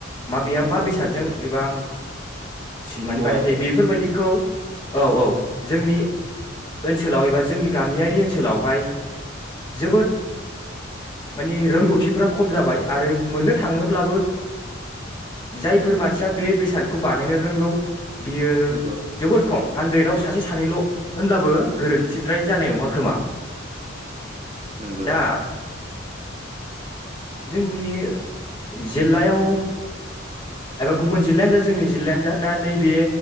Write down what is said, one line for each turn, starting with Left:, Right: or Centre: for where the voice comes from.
Left: माबेया
Right: नंगौ
Left: मा बेसादजों एबा माने
Right: मुवाजों
Left: बानाय जायो बेफोरबायदिखौ औ औ जोंनि ओनसोलाव एबा जोंनि गामियारि ओनसोलावहाय जोबोद माने रोंगौथिफ्रा खम जाबाय आरो मोननो थाङोब्लाबो जायफोर मानसिया बे बेसादखौ बानायनो रोंगौ बियो
Right: नंगौ
Left: जोबोर खम हानद्रेदाव सासे सानैल' होनब्लाबो गोरोन्थिद्राय जानाय नङा खोमा।
Right: नोंगौ
Left: दा जोंनि जिल्लायाव एबा गुबुन जिल्लानो जा जोंनि जिल्लायानो जा दा नै बे